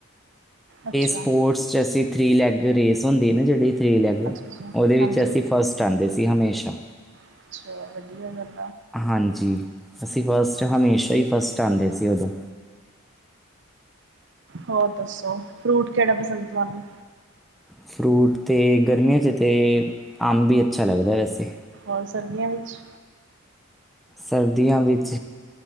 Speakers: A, on the right; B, in the centre.
A: ਅੱਛਾ।
B: ਸਪੋਰਟਸ ਤੇ ਅਸੀਂ ਥ੍ਰਰੀ ਲੈਗ ਰੇਸ ਹੁੰਦੀ ਨਾ ਜਿਹੜੀ ਥ੍ਰਰੀ ਲੈਗ ਉਹਦੇ
A: ਅੱਛਾ ਅੱਛਾ
B: ਵਿੱਚ
A: ਹਾਂਜੀ
B: ਅਸੀਂ ਫਸਟ ਆਉਂਦੇ ਸ ਹਮੇਸ਼ਾ।
A: ਅੱਛਾ। ਵਧੀਆ ਗੱਲ।
B: ਆ ਹਾਂਜੀ। ਅਸੀਂ ਫਸਟ ਹਮੇਸ਼ਾ ਈ ਫਸਟ ਆਂਦੇ ਸੀ ਉਦੋਂ।
A: ਹੋਰ ਦੱਸੋ। ਫਰੂਟ ਕੇੜਾ ਪਸੰਦ ਤੁਆਨੂੰ?
B: ਫਰੂਟ ਅਤੇ ਗਰਮੀਆਂ 'ਚ ਤਾਂ ਅੰਬ ਵੀ ਅੱਛਾ ਲੱਗਦਾ ਵੈਸੇ
A: ਹੋਲ ਸਰਦੀਆਂ ਵਿੱਚ
B: ਸਰਦੀਆਂ ਵਿੱਚ